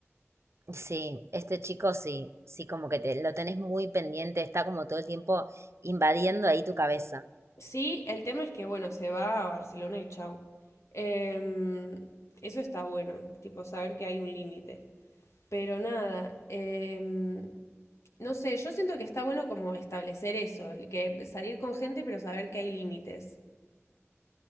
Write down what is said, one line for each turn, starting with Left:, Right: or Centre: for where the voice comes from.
Right: Sí, este chico sí, sí, como que te, lo tenés muy pendiente, está como todo el tiempo invadiendo ahí tu cabeza.
Left: Sí, el tema es que, bueno, se va a Barcelona y chao. Em, eso está bueno, tipo saber que hay un límite. Pero nada, em, no sé, yo siento que está bueno como establecer eso, el que salir con gente, pero saber que hay límites